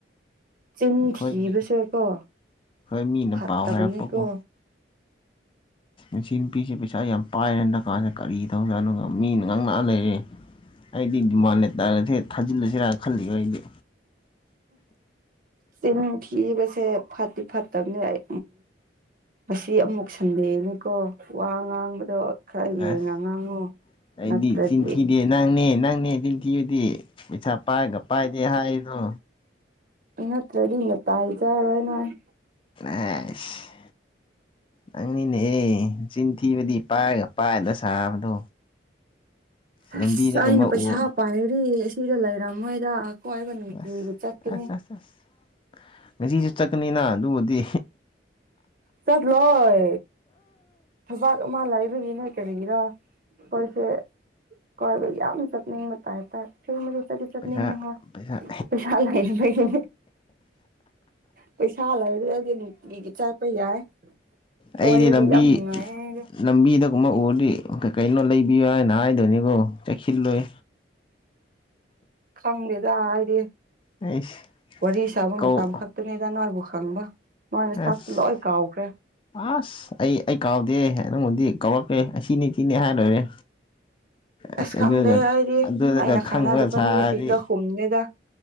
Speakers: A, on the right (about 45°); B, on the left (about 25°).
A: ꯆꯤꯟ
B: ꯑꯩꯈꯣꯏ
A: ꯊꯤꯕꯁꯦꯀꯣ
B: ꯃꯤ ꯑꯩꯈꯣꯏ ꯃꯤꯅ
A: ꯐꯠꯇꯕꯅꯤꯀꯣ
B: ꯄꯥꯎ ꯍꯥꯏꯔꯛꯄꯕꯨ ꯏꯁꯤ ꯅꯨꯄꯤꯁꯦ ꯄꯩꯁꯥ ꯌꯥꯝ ꯄꯥꯏꯔꯦ ꯅꯀꯥꯟꯁꯤꯦ ꯀꯔꯤ ꯇꯧꯖꯥꯅꯣ ꯃꯤꯅ ꯉꯥꯡ ꯂꯥꯛꯑ ꯂꯩꯔꯤ ꯑꯩꯗꯤ ꯗꯤꯃꯥꯟ ꯂꯩꯇꯥꯔꯦꯗꯤꯦ ꯊꯥꯖꯤꯜꯂꯁꯤꯔꯥꯅ ꯈꯜꯂꯤ ꯑꯩꯗꯤ
A: ꯆꯤꯟ ꯊꯤꯕꯁꯦ ꯐꯠꯇꯤ ꯐꯠꯇꯕꯅꯦ ꯑꯩ ꯃꯁꯤ ꯑꯃꯨꯛ ꯁꯟꯗꯦꯑꯦꯅꯦꯀꯣ ꯋꯥ ꯉꯥꯡꯕꯗꯣ ꯈꯔ ꯌꯦꯡꯉ
B: ꯑꯁ
A: ꯉꯥꯡꯉꯨ
B: ꯑꯩꯗꯤ
A: ꯅꯠꯇ꯭ꯔꯗꯤ
B: ꯆꯤꯟꯊꯤꯗꯦ ꯅꯪꯅꯦ ꯅꯪꯅꯦ ꯆꯤꯟꯊꯤꯌꯗꯤ ꯄꯊꯥ ꯄꯥꯏꯒ ꯄꯥꯏꯗꯦ ꯍꯥꯏꯅꯣ
A: ꯅꯠꯇ꯭ꯔꯗꯤꯅ ꯄꯥꯏ ꯆꯥꯔꯣꯏ ꯅꯣꯏꯥꯏ
B: ꯑꯁ ꯅꯪꯅꯤꯅꯦ ꯑꯦ ꯆꯤꯟꯊꯤꯕꯗꯤ ꯄꯥꯏꯒ ꯄꯥꯏꯗ ꯁꯥꯕꯗꯣ ꯂꯝꯕꯤꯗꯒꯨꯝꯕ
A: ꯑꯁ ꯑꯩꯅ
B: ꯎ
A: ꯄꯩꯁꯥ ꯄꯥꯏꯔꯤ ꯁꯤꯗ ꯂꯩꯔꯝꯃꯣꯏꯗ ꯍꯣꯏꯕꯅꯤ
B: ꯑꯁ
A: ꯆꯠꯇꯅꯦ
B: ꯑꯁ ꯑꯁ ꯑꯁ ꯉꯁꯤꯁꯨ ꯆꯠꯀꯅꯤꯅ ꯑꯗꯨꯕꯨꯗꯤ
A: ꯆꯥꯁ ꯂꯣꯏ ꯊꯕꯥꯛ ꯑꯃ ꯂꯩꯕꯒꯤꯅꯦ ꯀꯔꯤꯒꯤꯔ ꯑꯩꯈꯣꯏꯁꯦ ꯀ ꯌꯥ ꯌꯥꯝ ꯆꯅ ꯃ ꯃꯇꯥꯏ ꯇ ꯃ ꯆ ꯆꯠꯅꯤꯡ
B: ꯄꯩꯁꯥ ꯄꯩꯁꯥ
A: ꯄꯩꯁ ꯄꯩꯁꯥ ꯂꯩꯔꯗꯤ ꯅꯨꯡꯇꯤꯒꯤ ꯆꯠꯨꯄ ꯌꯥꯏ
B: ꯑꯩꯗꯤ
A: ꯀꯣꯏꯕꯗꯤ
B: ꯂꯝꯕꯤ
A: ꯌꯥꯝ ꯅꯨꯡꯉꯥꯏꯌꯦ
B: ꯂꯝꯕꯤꯗꯒꯨꯝꯕ ꯎꯔꯗꯤ ꯀꯩ ꯀꯔꯤꯩꯅꯣ ꯂꯩꯕꯤꯌꯨ ꯍꯥꯏꯅ ꯍꯥꯏꯗꯣꯏꯅꯤꯀꯣ ꯆꯦꯛꯁꯤꯜꯂꯣꯏ
A: ꯈꯪꯗꯦꯗ ꯍꯥꯏꯗꯤ
B: ꯑꯩꯁ
A: ꯋꯥꯔꯤ ꯁꯥꯕ
B: ꯀꯧ
A: ꯃꯇꯝ ꯈꯛꯇꯅꯤꯗ ꯅꯣꯏꯕꯨ ꯃꯣꯏꯅ
B: ꯑꯁ
A: ꯁꯥꯛꯁꯨ ꯂꯣꯏ ꯀꯥꯎꯈ꯭ꯔꯦ
B: ꯑꯁ ꯑꯩ ꯑꯩ ꯀꯥꯎꯗꯦ ꯅꯪꯕꯨꯣꯟꯗꯤ ꯀꯥꯎꯔꯛꯀ꯭ꯔꯦ ꯑꯁꯤꯅꯤ ꯁꯤꯤꯅꯦ ꯍꯥꯏ ꯂꯣꯏꯔꯦ ꯑꯁ
A: ꯈꯪꯗꯦ
B: ꯑꯗꯨꯒ
A: ꯑꯩꯗꯤ
B: ꯑꯗꯨꯗꯒ
A: ꯑꯩꯅ
B: ꯈꯪꯕ
A: ꯈꯪꯅꯗꯕ
B: ꯁꯥꯔꯤ
A: ꯃꯤꯁꯤꯡꯗ ꯍꯨꯝꯅꯦꯗ